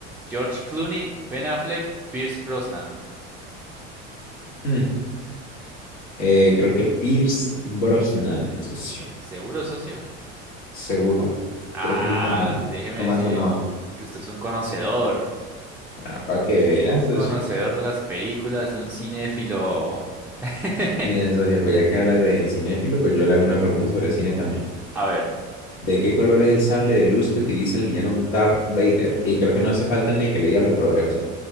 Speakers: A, in the centre; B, on the left.
A: George Clooney, Ben Affleck, Pierce Brosnan.
B: Mm. Eh, creo que Pierce Brosnan, socio.
A: ¿Seguro, socio?
B: Seguro.
A: Ah,
B: Creo que nunca me,
A: déjeme
B: no
A: decirle
B: me ha sonado.
A: que usted es un conocedor.
B: Ah, para que veas,
A: Un
B: socio.
A: conocedor de las películas, un cinéfilo. <laughs>
B: Miren, socio, pues ya que hablas de cinéfilo, pues yo le hago una pregunta sobre cine también.
A: A ver.
B: ¿De qué color es el sable de luz que utiliza el villano Darth Vader? Y creo que no hace falta ni que le diga los colores, ¿o sí?